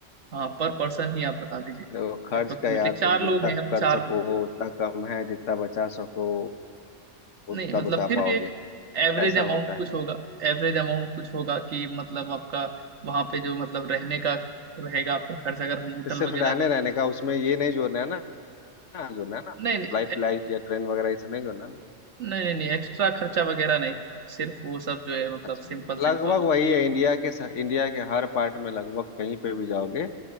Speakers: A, on the right; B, on the left.
A: हाँ पर पर्सन ही आप बता दीजिए
B: देखो खर्च
A: अप्रोक्सीमेटली
B: का यार
A: चार
B: तुम जितना
A: लोग हैं
B: कर
A: हम चार
B: सको
A: लोग
B: उतना कम है जितना बचा सको उतना
A: नहीं मतलब
B: बचा
A: फिर
B: पाओगे
A: भी एक एवरेज
B: ऐसा
A: अमाउंट
B: होता
A: कुछ
B: है
A: होगा एवरेज अमाउंट कुछ होगा कि मतलब आपका वहाँ पे जो मतलब रहने का रहेगा आपका खर्च अगर हम होटल
B: तो सिर्फ
A: वगैरह
B: रहने
A: में
B: रहने का उसमें ये नहीं जोड़ना है ना ना जो ना ना फ्लाइट
A: नहीं नहीं
B: लाइट या ट्रेन वगैरह ऐसा नहीं जो ना ना
A: नहीं नहीं नहीं एक्स्ट्रा खर्चा वगैरह नहीं सिर्फ वो सब जो है मतलब
B: अच्छा
A: सिंपल
B: लगभग
A: सिंपल
B: वही है इंडिया के स- इंडिया के हर पार्ट में लगभग कहीं पे भी जाओगे